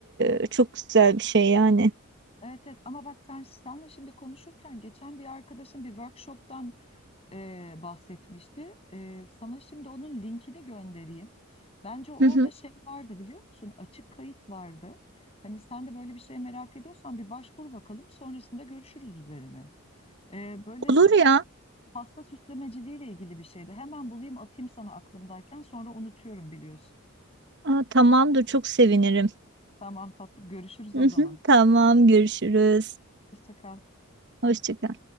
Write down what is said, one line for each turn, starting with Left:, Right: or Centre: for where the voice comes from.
Right: e, çok güzel bir şey yani.
Left: Evet evet ama bak sen senle şimdi konuşurken geçen bir arkadaşım bir workshop'tan e, bahsetmişti. E, sana şimdi onun linkini göndereyim. Bence orada
Right: Hı hı.
Left: şey vardı biliyor musun? Açık kayıt vardı. Hani sen de böyle bir şey merak ediyorsan bir başvur bakalım. Sonrasında görüşürüz üzerine. E, böyle
Right: Olur
Left: pas,
Right: ya.
Left: pasta süslemeciliğiyle ilgili bir şeydi. Hemen bulayım atayım sana aklımdayken sonra unutuyorum biliyorsun.
Right: Aa, tamamdır çok sevinirim.
Left: Tamam tatlım görüşürüz o
Right: Hı
Left: zaman.
Right: hı. Tamam görüşürüz.
Left: Hoşça kal.
Right: Hoşça kal.